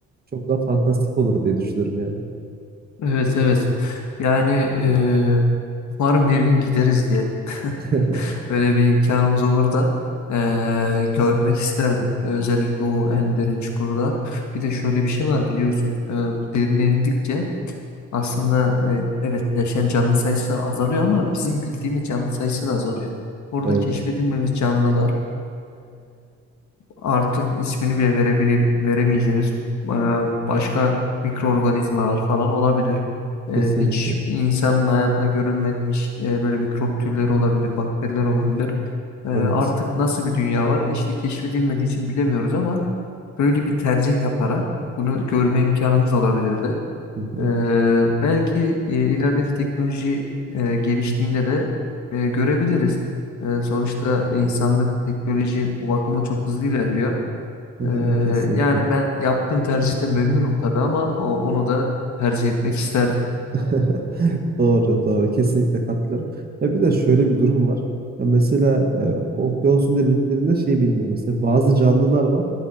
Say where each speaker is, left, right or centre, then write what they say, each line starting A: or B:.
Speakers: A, on the right; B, on the left.
A: çok daha fantastik olur diye düşünüyorum yani.
B: Evet evet. Yani eee, umarım bir gün gideriz diyelim. <laughs>
A: <laughs>
B: Böyle bir imkanımız olur da eee, görmek isterdim. Özellikle o en derin çukurda. Bir de şöyle bir şey var biliyorsun. Eee, bu derine indikçe aslında e, evet yaşayan canlı sayısı azalıyor ama bizim bildiğimiz canlı sayısı da azalıyor. Orada
A: Evet,
B: keşfedilmemiz canlılar artık ismini bile verebile, veremeyeceğiniz e, başka mikroorganizmalar falan olabilir. E,
A: kesinlikle.
B: hiç insanın hayatında görülmemiş e, böyle mikrop türleri olabilir, bakteriler olabilir. E, artık
A: Evet.
B: nasıl bir dünya var? İşte keşfedilmediği için bilemiyoruz ama böyle bir tercih yaparak bunu görme imkanımız olabilirdi.
A: Hı hı,
B: E, belki e, ilerideki teknoloji e, geliştiğinde de e, görebiliriz. E, sonuçta insanlık teknoloji bu bakımda çok hızlı ilerliyor.
A: hı
B: Ee,
A: hı, kesinlikle.
B: yani ben yaptığım tercihte memnunum tabii ama o, onu da tercih etmek isterdim.
A: <laughs> Doğru, doğru. Kesinlikle katılıyorum. Ya bir de şöyle bir durum var. Ya mesela e, okyanusun derinliklerinde şey bilmiyorum. Mesela bazı canlılar var.